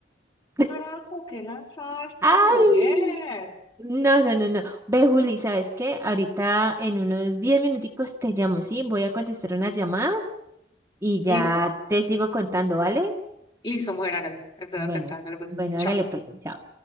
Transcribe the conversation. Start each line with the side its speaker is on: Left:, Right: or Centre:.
Right: <laughs>
Left: Carajo, qué lanzada esta
Right: ¡Ay!
Left: mujer.
Right: No, no, no, no. Ve, Juli, ¿sabes qué? Ahorita en unos 10 minuticos te llamo, ¿sí? Voy a contestar una llamada y ya
Left: Listo,
Right: te sigo contando, ¿vale?
Left: listo, mujer, hágale, estoy
Right: Bueno,
Left: atentada, hágale, pues,
Right: bueno,
Left: chao.
Right: hágale pues, chao.